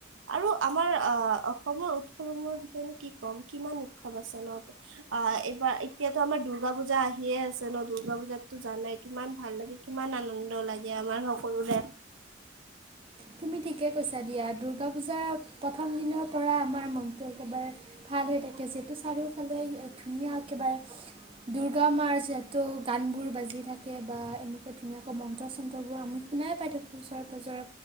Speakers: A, on the right; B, on the right.
A: আৰু আমাৰ আহ অসমৰ উৎসৱসমূহৰ বিষয়েনো কি ক'ম কিমান উৎসৱ আছে ন আহ এইবাৰ এতিয়া। ত আমাৰ দুৰ্গা পূজা আহিয়ে আছে ন দুূৰ্গা পূজাতো জানাই কিমান ভাল লাগে কিমান আনন্দ লাগে আমাৰ নকৰো দে।
B: তুমি ঠিকে কৈছা দিয়া দুূৰ্গা পূজাৰ প্ৰথম দিনৰ পৰা আমাৰ মনটো একেবাৰে ভাল হৈ থাকে যিহেতু চাৰিওফালে ধুনীয়া একেবাৰে দুৰ্গা মাৰ যিহেতু গানটো গানবোৰ বাজি থাকে বা এনেকা ধুনীয়াকৈ মন্ত্ৰ চন্ত্ৰবোৰ আমি শুনাই পাই থাকোঁ ওচৰে পাঁজৰে